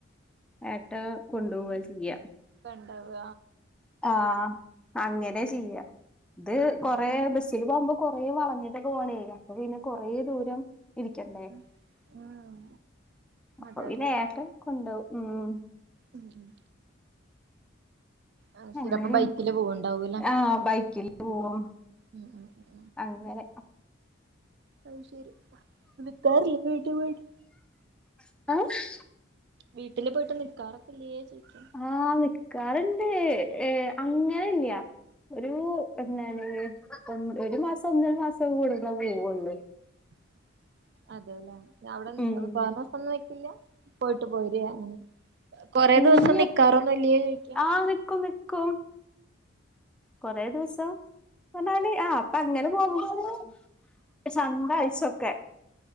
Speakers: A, in the centre; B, on the right.
A: ഏട്ട കൊണ്ടു പോവ ചെയ്യാ
B: കണ്ടവാ
A: ആഹ് അങ്ങനെ ചെയ്യാ ഇത് കൊറേ ബസ് സ്സില് പോമ്പം കൊറേ വളഞ്ഞിട്ട് ഒക്കെ പോണേ അപ്പം പിന്നെ കൊറേ ദൂരം ഇരിക്കണ്ടേ
B: ഉം
A: അപ്പോ
B: അതെ
A: പിന്നെ
B: അതെ അതെ
A: ഏട്ടൻ കൊണ്ടോവും ഉം
B: ഉം ഉം അത് ശരി
A: അങ്ങനെയും
B: അപ്പം ബൈക്കില് പോവണ്ടാവൂല്ലേ
A: ആഹ് ബൈക്കിൽ പോവും
B: ഉം ഉം ഉം
A: അങ്ങനെ
B: അത് ശരി നിക്കാറില്ലേ നിന്റെ വീട്ടിൽ പോയിട്ട്
A: ന്താണ് <inaudible>
B: വീട്ടില് പോയിട്ട് നിക്കാറൊക്കെ ഇല്ലേ ചോദിക്ക
A: ആഹ് നിക്കാറുണ്ട് ഏഹ് അങ്ങനെ ഇല്ല്യ ഒരു എന്താണ് ഒൻ ഒരു മാസം ഒന്നര മാസം കൂടുമ്പോ പോവുള്ളൂ
B: <inaudible> അതാവുല്ലേ അവിടെ
A: ഉം
B: തോനെ ദിവസം ഒന്നും നിക്കില്ല പോയിട്ട് പോര അങ്ങനെ കൊറേ
A: ഇല്ല്യ
B: ദിവസം നിക്കാറൊന്നും ഇല്ല്യേ ചോദിക്ക
A: ആഹ് നിക്കും നിക്കും കൊറേ ദിവസം പറഞ്ഞാല് ആ അപ്പൊ അങ്ങനെ പോകുമ്പോ ഒര് ഒരു സംഭാഴ്സൊക്കെ